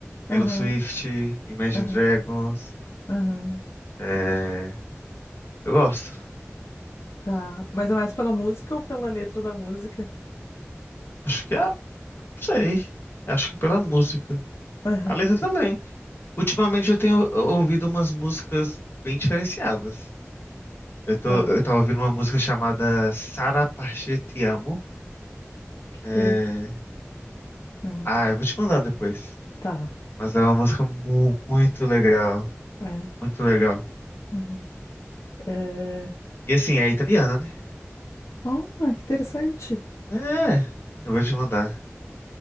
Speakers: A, on the left; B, on the left.
A: Taylor
B: Aham,
A: Swift, Imagine
B: aham,
A: Dragons,
B: aham.
A: é, eu gosto.
B: Tá. Mas é mais pela música ou pela letra da música?
A: Acho que é Sei. Acho que pela música.
B: Aham,
A: A letra também. Ultimamente eu tenho ouvido umas músicas bem diferenciadas. Eu tô,
B: Tá.
A: eu tava ouvindo uma música chamada Sara Parche Te Amo.
B: O que
A: É,
B: que é isso? Ah,
A: Ah, eu vou te mandar depois.
B: tá.
A: Mas é uma música mu- muito legal.
B: É.
A: Muito legal.
B: Uhum. É,
A: E assim, é italiana, né?
B: Oh, que interessante.
A: É, eu vou te mandar.